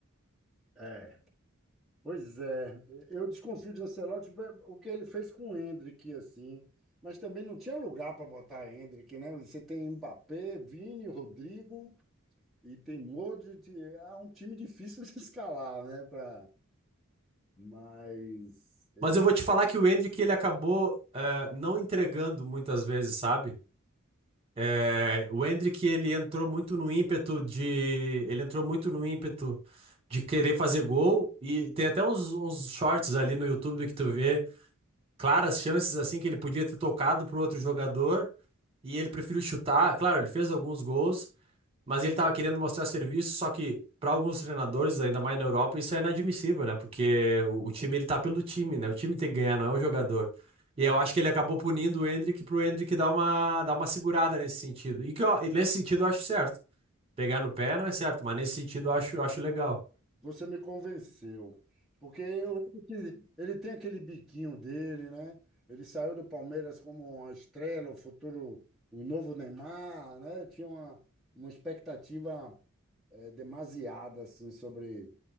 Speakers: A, in the centre; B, on the right (about 25°).
A: é, pois é. Eu desconfio de Ancelotti tipo, é, o que ele fez com o Endrick, assim. Mas também não tinha lugar para botar Endrick, né? Você tem Mbappé, Vini, Rodrigo e tem Modric. É um time difícil de escalar, né? Pra... Mas... é,
B: Mas eu vou te falar que o Endrick ele acabou eh, não entregando muitas vezes, sabe? É, o Endrick, ele entrou muito no ímpeto de, ele entrou muito no ímpeto de querer fazer gol e tem até uns, uns shorts ali no YouTube que tu vê claras chances assim que ele podia ter tocado pro outro jogador e ele preferiu chutar. Claro, ele fez alguns gols, mas ele estava querendo mostrar serviço, só que para alguns treinadores, ainda mais na Europa, isso é inadmissível, né? Porque o, o time ele tá pelo time, né? O time tem que ganhar, não é o jogador.
A: O...
B: E eu acho que ele acabou punindo o Endrick pro Endrick dar uma, dar uma segurada nesse sentido. E que eu- e nesse sentido eu acho certo. Pegar no pé não é certo, mas nesse sentido eu acho, eu acho legal.
A: Você me convenceu. Porque eu lembro que ele tem aquele biquinho dele, né? Ele saiu do Palmeiras como uma estrela, o futuro, o novo Neymar, né? Tinha uma, uma expectativa eh, demasiada assim, sobre,